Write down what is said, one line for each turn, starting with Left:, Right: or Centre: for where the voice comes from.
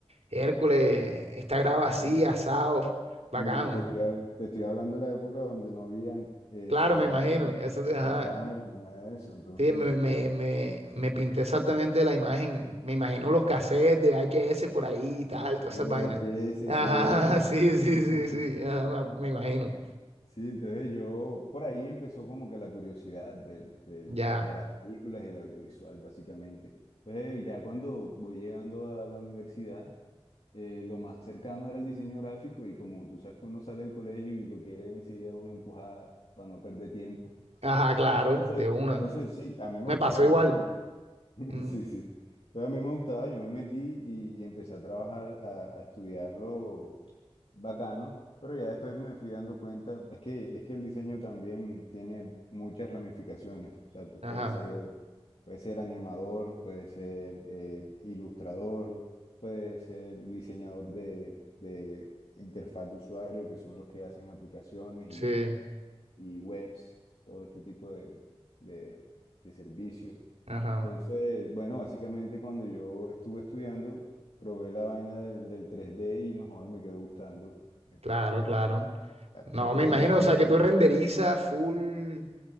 Right: Hércules, esta grava
Left: Claro,
Right: así, asado, bacano.
Left: y te estoy, hab- te estoy hablando de la época donde no habían eh,
Right: Claro,
Left: celulares,
Right: me imagino.
Left: ni,
Right: Eso, ajá.
Left: ni cámaras, ni nada de eso. Entonces,
Right: Sí, me, me, me, me pinté exactamente la imagen. Me imagino los cassettes de V H S por ahí y tal,
Left: puro
Right: todas esas
Left: VHS
Right: vainas. Ajá,
Left: y puro beta.
Right: <laughs> sí, sí,
Left: <laughs>
Right: sí,
Left: Sí,
Right: sí. ajá,
Left: sí.
Right: me, me imagino.
Left: Sí, entonces yo, por ahí empezó como que la curiosidad de, de-
Right: Ya.
Left: de las películas y el audiovisual, básicamente. Entonces ya cuando voy llegando a la universidad, eh, lo más cercano era el diseño gráfico y como tú sabes que uno sale del colegio y lo quiere enseguida uno empujar para no perder tiempo.
Right: Ajá, claro,
Left: Entonces,
Right: de una.
Left: entonces sí, a mí me
Right: Me
Left: gustaba,
Right: pasó igual.
Left: obviamente. <laughs>
Right: Mm,
Left: Sí, sí. Entonces a mí me gustaba, yo me metí y, y empecé a trabajar, a, a estudiarlo bacano, pero ya después me fui dando cuenta, es que, es que el diseño también tiene muchas ramificaciones, o sea, tú
Right: Ajá,
Left: puedes ser, puedes ser animador, puedes ser eh, ilustrador, puedes ser diseñador de, de interfaz de usuario, que son los que hacen aplicaciones
Right: sí.
Left: y webs, todo este tipo de, de, de servicios.
Right: Ajá,
Left: Entonces, bueno, básicamente cuando yo estuve estudiando, probé la vaina del, del tres d y no, joder, me quedó gustando. Es
Right: claro,
Left: como,
Right: claro.
Left: ah,
Right: No,
Left: Tú podías
Right: me imagino,
Left: hacer
Right: o sea,
Left: ahí
Right: que tú renderizas full.